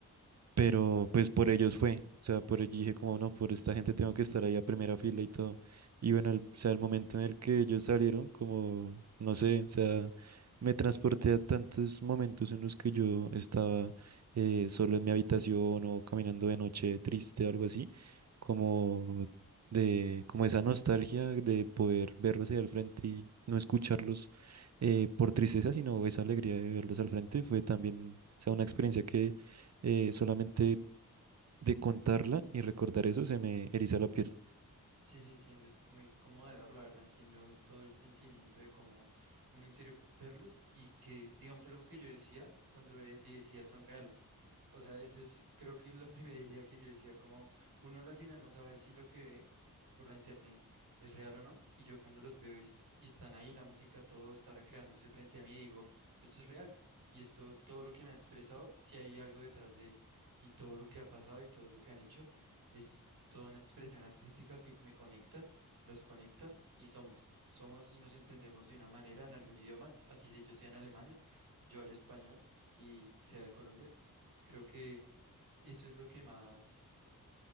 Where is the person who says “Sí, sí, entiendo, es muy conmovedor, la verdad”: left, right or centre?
Right